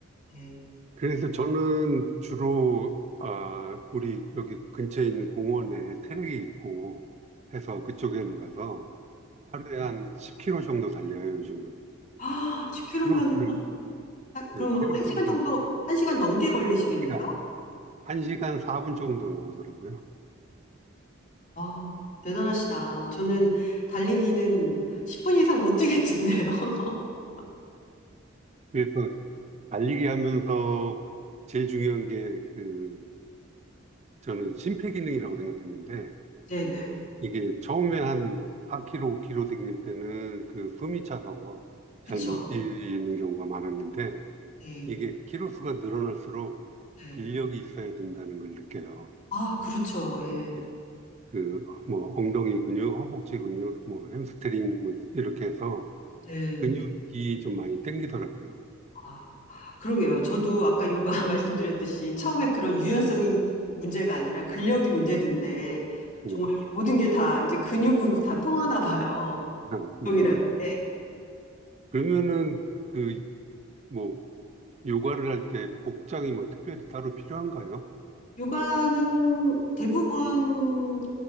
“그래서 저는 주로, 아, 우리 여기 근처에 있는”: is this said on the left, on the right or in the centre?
Right